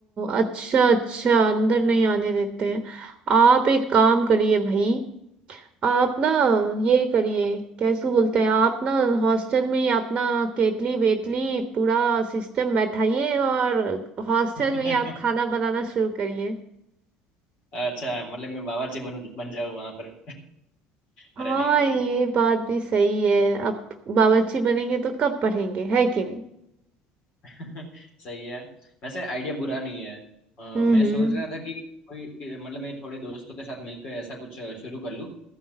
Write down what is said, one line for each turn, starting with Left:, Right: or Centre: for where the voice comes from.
Right: अच्छा अच्छा अंदर नहीं आने देते हैं आप एक काम करिए भाई आप ना ये करिए कैसे बोलते हैं आप ना हॉस्टल में ही अपना केटली वेटली पूरा सिस्टम बैठाइए और हॉस्टल
Left: क्या
Right: में ही आप
Left: <laughs>
Right: खाना बनाना शुरू करिए
Left: अच्छा मतलब मैं बावर्ची बन बन जाऊँ वहां पर <laughs> अरे
Right: हाँ
Left: नहीं नहीं
Right: ये बात भी सही है अब बावर्ची बनेंगे तो कब पढ़ेंगे है कि नहीं
Left: <laughs> सही है वैसे आइडिया बुरा नहीं है अ,
Right: हम्म
Left: मैं सोच रहा था कि कोई कि- मतलब मैं थोड़े दोस्तों के साथ मिलकर ऐसा कुछ अ, शुरू कर लूँ